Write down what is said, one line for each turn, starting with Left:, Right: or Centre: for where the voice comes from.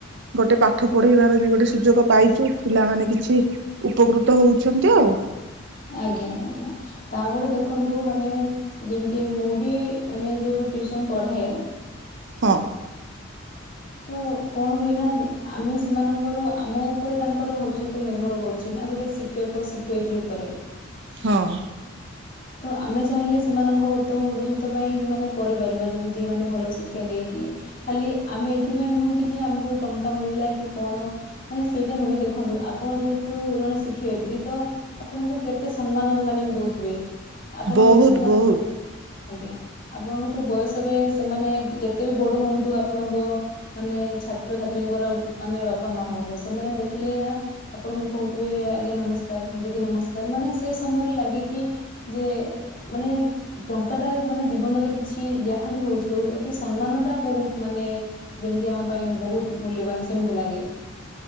Right: ଗୋଟେ ପାଠ ପଢେଇବାର ବି ଗୋଟେ ସୁଯୋଗ ପାଇଚୁ। ପିଲାମାନେ କିଛି ଉପକୃତ ହଉଛନ୍ତି ଆଉ।
Left: ଆଜ୍ଞା ଆଜ୍ଞା। ତାପରେ ଦେଖନ୍ତୁ ମାନେ ଯେମିତି ମୁଁ ବି ମାନେ ଯୋଉ ଟ୍ୟୁସନ ପଢାଏ
Right: ହଁ।
Left: ତ କଣ ହୁଏ ନା ଆମେ ସେମାନଙ୍କର ଆମ ଉପରେ ତାଙ୍କର ଭବିଷ୍ୟତ ନିର୍ଭର କରୁଚି ନା, ଗୋଟେ ଶି ଶିକ୍ଷକ ଶିକ୍ଷୟିତ୍ରୀ ଉପରେ।
Right: ହଁ।
Left: ତ ଆମେ ଚାହିଁଲେ ସେମାନଙ୍କ ଉତ୍ତମ ଭବିଷ୍ୟତ ପାଇଁ ମାନେ କରିପାରିବା, ଯେମିତି ମାନେ ଭଲ ଶିକ୍ଷା ଦେଇକି ଖାଲି ଆମେ ଏଥିପାଇଁ ନୁହଁ କି ଯେ ଆମକୁ ଟଙ୍କା ମିଳିଲା କି କଣ ମାନେ ସେଇଟା ନୁହେଁ ଦେଖନ୍ତୁ ଆପଣ ଯେହେତୁ ଜଣେ ଶିକ୍ଷୟିତ୍ରୀ। ତ ଆପଣଙ୍କୁ କେତେ ସମ୍ମାନ ମାନେ ବି ଦଉଥିବେ। ଆପଣଙ୍କଠୁ
Right: ବହୁତ
Left: ମାନେ
Right: ବହୁତ
Left: ବ ଆଜ୍ଞା। ଆପଣଙ୍କଠୁ ବୟସରେ ସେମାନେ ଯେତେ ବି ବଡ ହୁଅନ୍ତୁ ଆପଣଙ୍କ ମାନେ ଛାତ୍ରଛାତ୍ରୀଙ୍କର ମାନେ ବାପା ମା ହୁଅନ୍ତୁ, ସେମାନେ ଦେଖିଲେ ନା ଆପଣଙ୍କୁ କହୁଥିବେ ଆଜ୍ଞା ନମସ୍କାର ଦିଦି ନମସ୍କାର। ମାନେ ସେ ସମୟରେ ଲାଗେ କି ଯେ ମାନେ ଟଙ୍କା ଟା ମାନେ ଜୀବନରେ କିଛି ଯାହା ବି ହଉଚି ହଉ ବାକି ସମ୍ମାନ ଟା ବହୁତ ମାନେ ଯେମିତି ଆମ ପାଇଁ ବହୁତ୍ ମୂଲ୍ୟବାନ ସେମିତି ଲାଗେ।